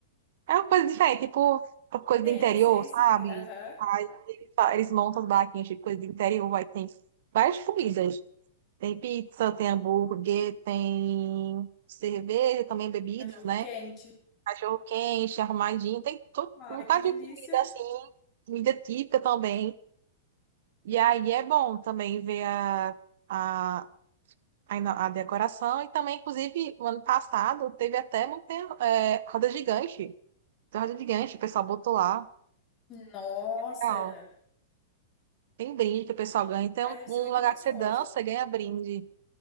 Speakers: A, on the right (about 55°); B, on the left (about 20°).
A: é uma coisa diferente, tipo coisa
B: Sei,
A: do interior,
B: sei,
A: sabe?
B: sei. Aham.
A: Aí eles, fa- eles montam as barraquinhas de coisa do interior, vai tem várias comidas. Tem pizza, tem hambúrguer, tem cerveja, também bebidas,
B: Cachorro
A: né?
B: quente.
A: cachorro quente, arrumadinho, tem tudo
B: Ai,
A: um bocado
B: que delícia.
A: de comida assim, comida típica também. E aí é bom também ver a, a, a, ino- a decoração. E também, inclusive, o ano passado teve até montanha, é, roda gigante. Tem Roda gigante, o pessoal botou lá.
B: Nossa!
A: Legal. Tem brinde que o pessoal ganha. Tem
B: Ai,
A: um,
B: deve
A: um
B: ser muito
A: lugar
B: gostoso.
A: que você dança, ganha brinde.